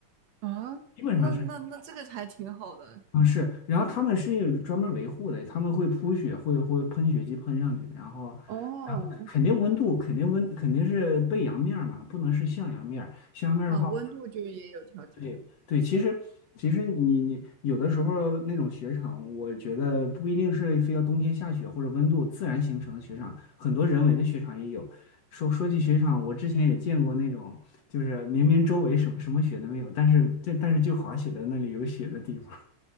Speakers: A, on the right; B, on the left.
A: 啊，
B: 基本上是。
A: 那那那这个还挺好的
B: 啊是，然后他们是有专门维护的，他们会铺雪，会会喷雪机喷上去，然后，
A: 哦
B: 然后肯定温度肯定温肯定是背阳面儿嘛，不能是向阳面儿，向阳面儿的话，
A: 啊，温度就也有调节。
B: 对对，其实其实你你有的时候那种雪场，我觉得不一定是非要冬天下雪或者温度自然形成的雪场，很多人为的雪场也有。说说起雪场，我之前也见过那种，就是明明周围什么什么雪都没有，但是这但是就滑雪的那里有雪的地方。